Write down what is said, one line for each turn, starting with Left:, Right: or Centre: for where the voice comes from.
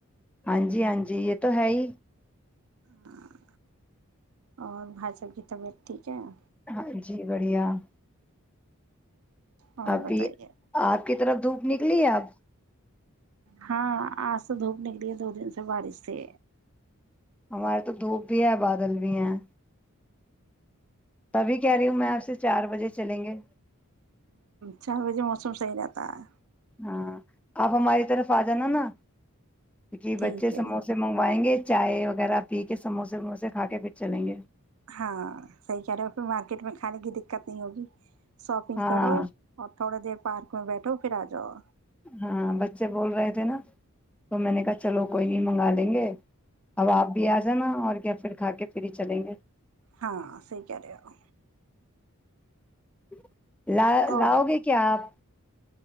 Centre: ہاں جی ہاں جی یہ تو ہے ہی
Right: ہ اور بھائی سا کی طبیعت ٹھیک ہے
Centre: ہاں جی بڑھیا <inaudible>
Right: اور
Centre: ابھی
Right: بتائیے
Centre: آپ کے طرف دھوپ نکلی ہے اب
Right: ہاں آج تو دھوپ نکلی ہے دو دن سے بارش سے
Centre: ہمارے تو دھوپ بھی ہے بادل بھی ہیں تبھی کہہ رہی ہوں میں آپ سے چار بجے چلیں گے
Right: چار بجے موسم صحیح رہتا ہے
Centre: ہاں آپ ہماری طرف آ جانا نا جی
Right: ٹھیک
Centre: بچے
Right: ہے
Centre: سموسے منگوائیں گے چائے وغیرہ پی کے سموسے وموسے کھا کے پھر چلیں گے
Right: ہاں صحیح کہہ رہے ہو پھر مارکیٹ میں کھانے کی دقت نہیں ہوگی شاپنگ
Centre: ہاں
Right: کرو اور تھوڑے دیر پارک میں بیٹھو پھر آ جاؤ
Centre: ہاں بچے بول رہے تھے نا تو میں نے کہا چلو کوئی نہیں منگا لیں گے اب آپ بھی آ جانا اور کیا پھر کھا کے پھر ہی چلیں گے
Right: ہاں صحیح کہہ رہے ہو
Centre: <inaudible> لا
Right: اور
Centre: لاؤ گے کیا آپ